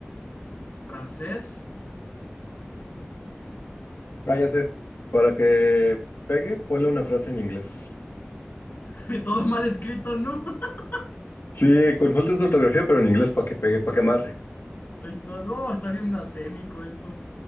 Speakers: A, on the left (about 55°); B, on the left (about 75°).
A: francés,
B: Ah, ya sé. Para que pegue, ponle una frase en inglés.
A: <laughs> todo mal escrito, ¿no? <laughs>
B: Sí, consultas de ortografía, pero en inglés para que pegue, para que amarre.
A: Está, no, está bien blasfémico esto.